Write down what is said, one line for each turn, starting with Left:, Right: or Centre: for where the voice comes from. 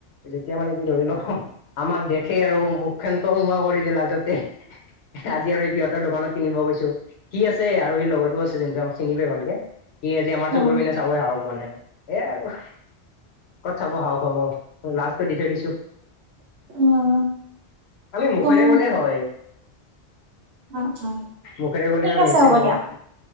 Left: যেতিয়া মানে কি ধৰি লও আমাক দেখেই আৰু মুখখন তলমুৱা কৰিলে লাজতে আজি আৰু সিহঁতৰ দোকানত কিনিব গৈছো সি আছে আৰু সি লগৰতো আছে যোনটো আমাক চিনি পায় ভালকে সি আজি আমাৰ
Right: উম
Left: চকুৰ পিনে চাবই সাহস পোৱা নাই। এয়াই আৰু ক'ত চাব সাওক হব লাজটো দি থৈ দিছো।
Right: উম
Left: আমি মুখেৰে
Right: তুম উম
Left: ক'লে হয়।
Right: উম
Left: মুখেৰে কলে
Right: ঠিক
Left: আৰু
Right: আছে হ'ব দিয়া